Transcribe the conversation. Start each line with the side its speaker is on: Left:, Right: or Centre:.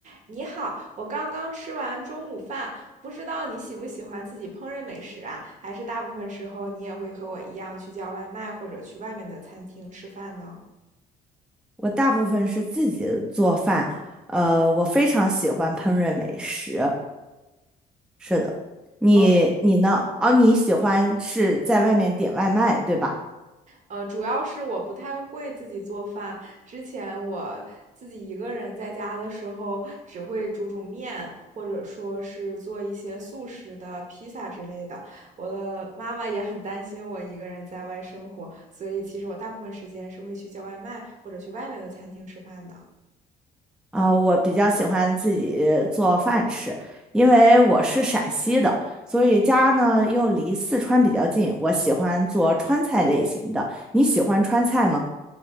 Right: 你好，我刚刚吃完中午饭，不知道你喜不喜欢自己烹饪美食啊？还是大部分时候你也会和我一样去叫外卖或者去外面的餐厅吃饭呢？
Centre: 我大部分是自己做饭，呃，我非常喜欢烹饪美食。是的，你你呢？
Right: 哦，
Centre: 哦，你喜欢是在外面点外卖，对吧？
Right: 呃，主要是我不太会自己做饭。之前我自己一个人在家的时候，只会煮煮面，或者说是做一些速食的披萨之类的。我的妈妈也很担心我一个人在外生活，所以其实我大部分时间是会去叫外卖或者去外面的餐厅吃饭的。
Centre: 啊、我比较喜欢自己做饭吃，因为我是陕西的，所以家呢又离四川比较近，我喜欢做川菜类型的。你喜欢川菜吗？